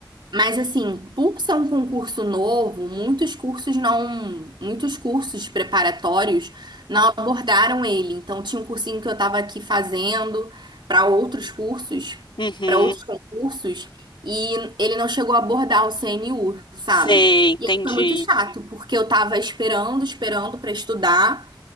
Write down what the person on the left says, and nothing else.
Uhum,
sei, entendi.